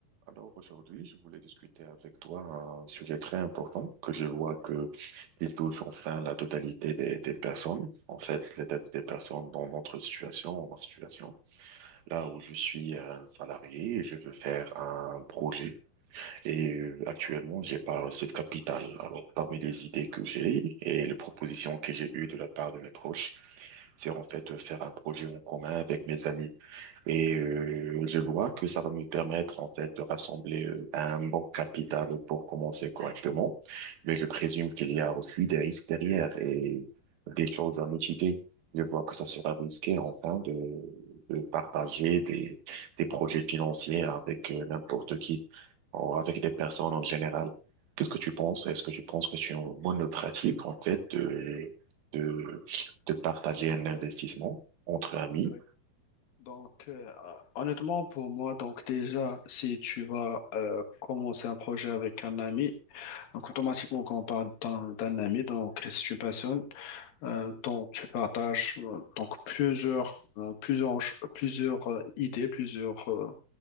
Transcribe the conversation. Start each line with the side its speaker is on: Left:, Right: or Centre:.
Right: Alors aujourd'hui, je voulais discuter avec toi un sujet très important que je vois que il touche enfin la totalité des, des personnes. En fait, la totalité des personnes dans notre situation, ma situation, là où je suis un salarié et je veux faire un projet. Et euh, actuellement, j'ai pas cette capitale. Alors, parmi les idées que j'ai et les propositions que j'ai eues de la part de mes proches, c'est en fait de faire un projet en commun avec mes amis. Et euh, je vois que ça va me permettre en fait de rassembler euh, un bon capital pour commencer correctement, mais je présume qu'il y a aussi des risques derrière et des choses à mitiger. Je vois que ça sera risqué enfin de, de partager des, des projets financiers avec euh, n'importe qui ou avec des personnes en général. Qu'est-ce que tu penses? Est-ce que tu penses que c'est une bonne pratique en fait de, de, de partager un investissement entre amis?
Left: Oui. Donc, euh, honnêtement, pour moi, donc déjà, si tu vas euh, commencer un projet avec un ami, donc automatiquement, quand on parle d'un d'un ami, donc c'est une personne euh, dont tu partages euh, donc plusieurs, euh, plusieurs, ch- plusieurs euh, idées, plusieurs euh,